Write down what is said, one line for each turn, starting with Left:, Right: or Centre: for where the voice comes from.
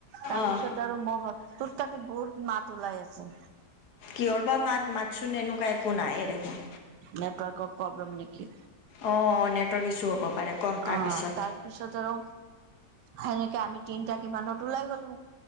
Right: তাপিছত
Left: অ',
Right: আৰু মই ভাব তোৰ তাতে বহুত মাত ওলাই আছে।
Left: কিহৰ বা মাত মাতচোন এনেকুৱা একো নাইয়ে দেখোন।
Right: নেটৱৰ্কৰ প্ৰব্লেম নেকি?
Left: অ নেটৱৰ্ক ইছ্যু হ'ব পাৰে। ক তাৰপিছত।
Right: অ তাৰপিছত আৰু সেনেকে আমি তিনটা কিমানত ওলাই গলো।